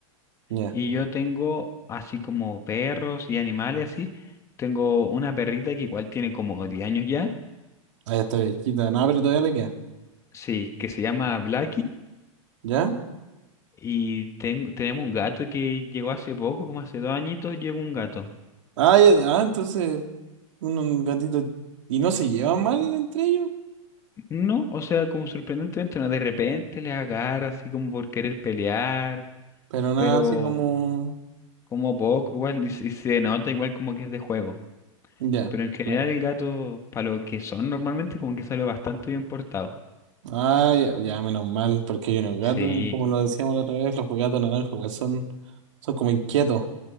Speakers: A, on the right (about 60°); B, on the left (about 15°).
A: Ya,
B: Y yo tengo así como perros y animales así. Tengo una perrita que igual tiene como 10 años ya.
A: ahí está viejita. Nada, pero todavía le queda.
B: Sí, que se llama Blackie.
A: ¿Ya?
B: Y ten- tenemos un gato que llegó hace poco, como hace dos añitos, llegó un gato.
A: Ah, ya, ah, entonces, un, un gatito. Y no se llevan mal entre ellos,
B: No, o sea, como sorprendentemente, no, de repente les agarra así como por querer pelear,
A: pero nada
B: pero
A: así como.
B: como poco igual, y, s- y se nota igual como que es de juego.
A: Ya.
B: Pero en general
A: claro.
B: el gato, para lo que son normalmente, como que salió bastante bien portado.
A: Ah, ya, ya, menos mal, porque hay unos gatos,
B: Sí,
A: y como lo decíamos la otra vez, los gatos naranjas igual son, son como inquietos.